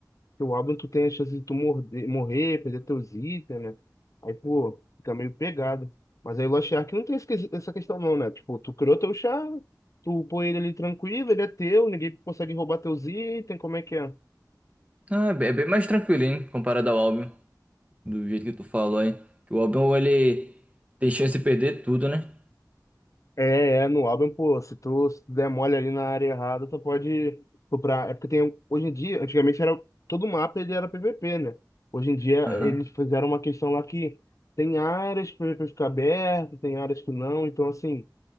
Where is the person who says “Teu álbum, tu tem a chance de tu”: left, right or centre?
Left